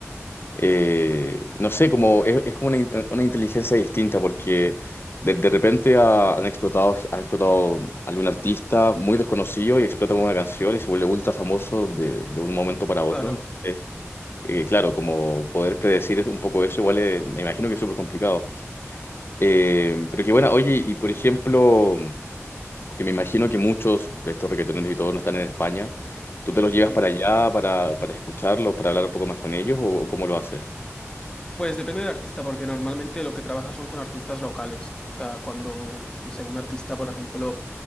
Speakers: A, on the left; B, on the left.
A: eh, no sé, como es, es como una, in- una inteligencia distinta, porque de, de repente ha- han explotado, ha explotado algún artista muy desconocido y explota con una canción y se vuelve ultra famoso de, de un momento para otro.
B: Claro.
A: Eh, eh, claro, como poder predecir es un poco eso, igual es- me imagino que es súper complicado. Eh, pero que bueno, oye, y por ejemplo que me imagino que muchos de estos reggaetoneros y todos no están en España, ¿tú te los llevas
B: Mm.
A: para allá para, para escucharlos, para hablar un poco más con ellos o cómo lo haces?
B: Pues depende del artista, porque normalmente lo que trabaja son con artistas locales. O sea, cuando, no sé, un artista, por ejemplo,